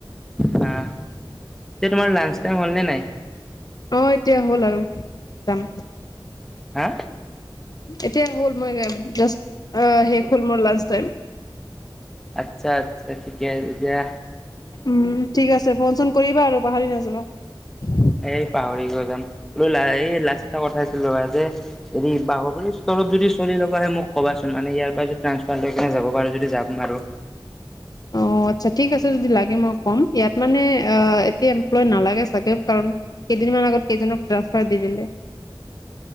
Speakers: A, in the centre; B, on the left.
A: বা এতিয়া তোমাৰ লাঞ্চ টাইম হ'ল নে নাই?
B: অ', এতিয়া হ'ল আৰু যাম।
A: হা
B: এতিয়া হ'ল মই জাষ্ট অ', শেষ হ'ল মোৰ লান্স টাইম
A: আচ্ছা আচ্ছা ঠিকে দিয়া।
B: উম ঠিক আছে ফোন চোন কৰিবা আৰু পাহৰি নাযাবা।
A: এই পাহৰি কিয় যাম বোলো এই লাচিত নগৰত <unintelligible> এৰি <unintelligible> স্তৰত যদি চলি ল'ব আহে মোক ক'বাচোন মানে ইয়াৰ পৰা যদি ট্ৰাঞ্চফাৰ লৈ যাব পাৰো যদি যাম আৰু
B: অ', আচ্ছা ঠিক আছে যদি লাগে মই ক'ম ইয়াত মানে আহ এতিয়া এমপ্লয় নালাগে চাগে কাৰণ কেইদিনমান আগত কেইজনক ট্ৰানসফা দি দিলে